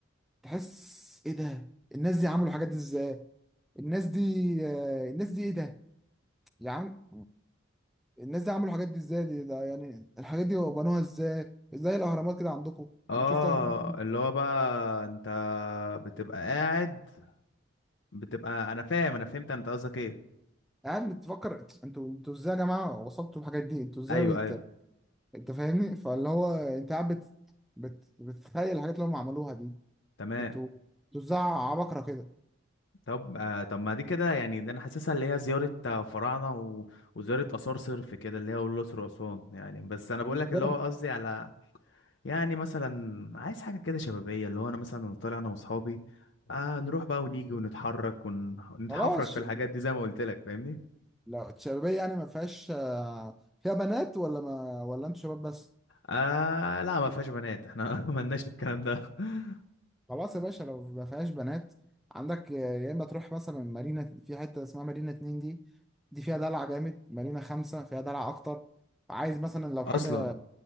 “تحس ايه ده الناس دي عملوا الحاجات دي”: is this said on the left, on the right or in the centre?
Centre